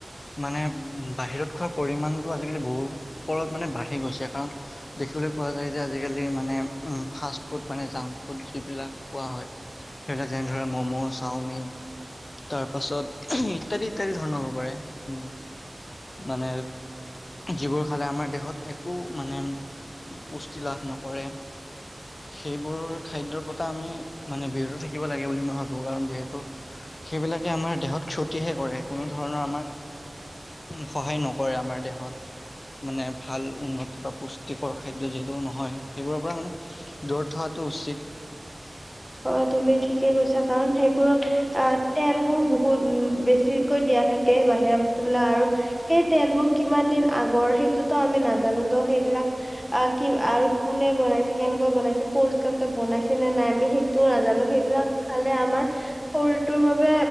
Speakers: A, on the left (about 75°); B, on the left (about 15°).
A: মানে বাহিৰত খোৱাৰ পৰিমাণটো আজিকালি বহুত ওপৰত মানে বাঢ়ি গৈছে কাৰণ দেখিবলৈ পোৱা যায় যে আজিকালি মানে উম ফাষ্ট ফুড মানে জাংক ফুড যিবিলাক কোৱা হয় সেইবিলাক যেনে ধৰে মম, চাওমিন তাৰ পাছত ইত্যাদি ইত্যাদি ধৰণৰ হ'ব পাৰে উম মানে যিবোৰ খালে আম আমাৰ দেহত একো মানে পুষ্টি লাভ নকৰে। সেইবোৰ খাদ্যৰ পৰা আমি মানে বিৰত থাকিব লাগে বুলি মই ভাবো কাৰণ যিহেতু সেইবিলাকে আমাৰ দেহত ক্ষতিহে কৰে, কোনো ধৰণৰ আমাৰ সহায় নকৰে আমাৰ দেহত। মানে ভাল উন্নত বা পুষ্টিকৰ খাদ্য যিহেতু নহয়, সেইবোৰৰ পৰা মানে দূৰত থকাতো উচিত।
B: হয় তুমি ঠিকে কৈছা কাৰণ সেইবোৰত অ তেলবোৰ বহুত উম বেছিকৈ দিয়া থাকে বাহিৰা বস্তু বিলাক আৰু সেই তেলবোৰ কিমান দিন আগৰ সেইটোতো আমি নাজানো তো সেইবিলাক অ কি আৰু কোনে বনাইছে কেনেকুৱা বনাইছে পৰিষ্কাৰকে বনাইছে নে নাই আমি সেই টো নাজানো সেইবিলাক খালে আমাৰ শৰীৰটোৰ বাবে